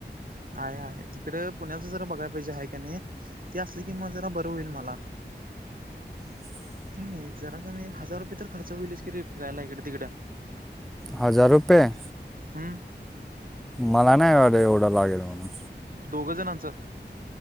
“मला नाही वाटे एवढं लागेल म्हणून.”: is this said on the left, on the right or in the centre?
Centre